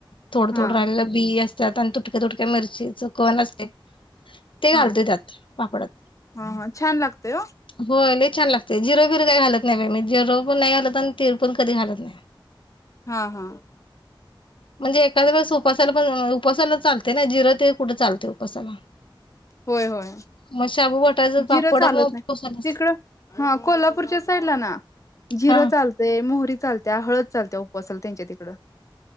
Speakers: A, on the left (about 70°); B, on the left (about 35°).
A: थोडं
B: हा
A: थोडं राहिलेलं बी अस. त्यात आणि तुटक्या तुटक्या, मिरचीच कण असतय ते
B: हा
A: घालतोय त्यात, पापडात
B: हा हा छान लागतय ओ
A: होय छान लागतय, जिर बीर काही घालत नाही, मी जिर पण नाही घालत आणि तीळ पण कधी घालत नाही.
B: हा हा.
A: म्हणजे एखाद्या वेळेस उपासाला पण, उपासाला चालतय ना, जिर तीळ कुठ चालतय उपासाला?
B: होय होय.
A: मग शाबू बटाचं पापड
B: जिरं चालत
A: मग उपासालाच
B: नाही तिकडं, हा कोल्हापूरच्या साईडला ना जिरं
A: हा.
B: चालते मोहरी चालत्या हळद चालत्या उपवासाला त्यांच्या तिकडं.